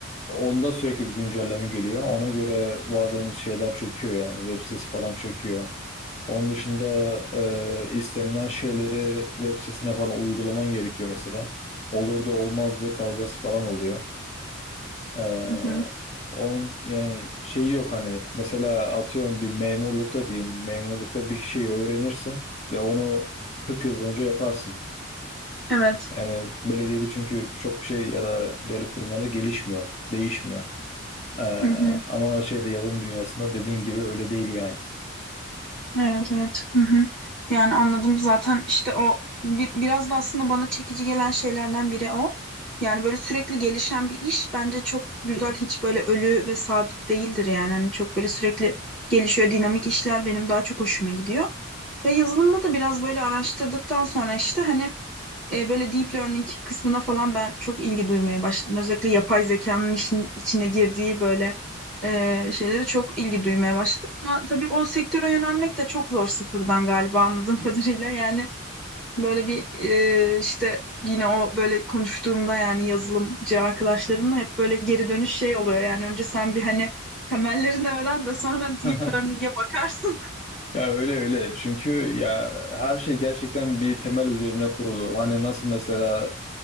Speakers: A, on the left (about 35°); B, in the centre.
A: onda sürekli bir güncelleme geliyor. Ona göre bazen şeyler çöküyor yani web sitesi falan çöküyor. Onun dışında e, istenilen şeyleri web sitesine falan uygulaman gerekiyor mesela. Olur da olmazdı kavgası falan oluyor. E,
B: Hı hı.
A: onun yani şeyi yok hani mesela atıyorum bir memurlukta diyeyim memurlukta bir şey öğrenirsin ve onu 40 yıl boyunca yaparsın.
B: Evet.
A: Yani belediyede çünkü çok bir şey ya da devlet kurumlarında gelişmiyor, değişmiyor. Ee,
B: Hı hı.
A: ama şeyde yazılım dünyasında dediğin gibi öyle değil yani.
B: Evet evet. Hı hı. Yani anladım zaten işte o bi- biraz da aslında bana çekici gelen şeylerden biri o. Yani böyle sürekli gelişen bir iş bence çok güzel hiç böyle ölü ve sabit değildir yani. Hani çok böyle sürekli gelişiyor dinamik işler benim daha çok hoşuma gidiyor. Ve yazılımda da biraz böyle araştırdıktan sonra işte hani e, böyle deep learning kısmına falan ben çok ilgi duymaya başladım. Özellikle yapay zekanın işin içine girdiği böyle e, şeylere çok ilgi duymaya başladım. Ama tabii o sektöre yönelmek de çok zor sıfırdan galiba anladığım <laughs> kadarıyla. Yani böyle bir e, işte yine o böyle konuştuğumda yani yazılımcı arkadaşlarımla hep böyle geri dönüş şey oluyor. Yani önce sen bir hani temellerini öğren de sonra
A: <laughs>
B: deep learning'e bakarsın.
A: Ya öyle öyle. Çünkü ya her şey gerçekten bir temel üzerine kurulu. Hani nasıl mesela